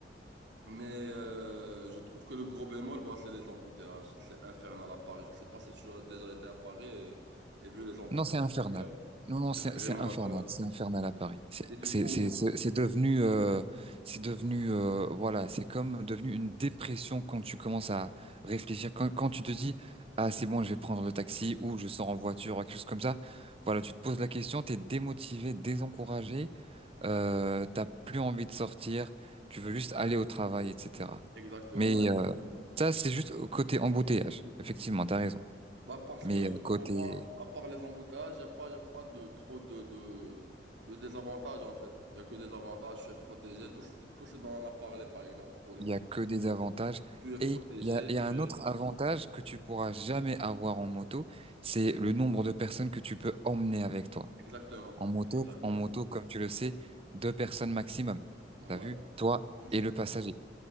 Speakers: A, on the right (about 85°); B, on the right (about 35°).
A: Mais euh, je trouve que le gros bémol, bah, c'est les embouteillages. C'est infernal à Paris. Je sais pas si tu as déjà été à Paris et, et vu les embouteillages.
B: Non, c'est infernal.
A: qu'il y a.
B: Non, non, c'est
A: C'est vraiment
B: c'est infernal.
A: infernal.
B: C'est infernal à Paris. C'est
A: Et du
B: c'est
A: coup,
B: c'est c'est c'est devenu euh, c'est devenu euh, voilà, c'est comme devenu une dépression quand tu commences à réfléchir. Quand quand tu te dis ah c'est bon, je vais prendre le taxi ou je sors en voiture ou quelque chose comme ça. Voilà, tu te poses la question, t'es démotivé, désencouragé, euh, t'as plus envie de sortir, tu veux juste aller au travail, etc.
A: exactement.
B: Mais euh, ça, c'est juste côté embouteillage. Effectivement, t'as raison.
A: Bah, parce
B: Mais
A: que
B: euh, côté
A: pour moi, à part les embouteillages, il n'y a pas, y a pas de, trop de, de, de désavantages en fait. Il n'y a que des avantages. Je suis protégé. Tout, ce- tout ce dont on a parlé, par exemple, pour les
B: Il
A: motos.
B: y a que des avantages.
A: Tu es protégé,
B: Et il y a, il y
A: tu
B: a un autre
A: es...
B: avantage que tu pourras jamais avoir en moto, c'est le nombre de personnes que tu peux emmener avec toi.
A: Exactement.
B: En moto,
A: Exactement.
B: en moto, comme tu le sais, deux personnes maximum.
A: Ouais.
B: T'as vu? Toi
A: Mm, bien sûr.
B: et le passager.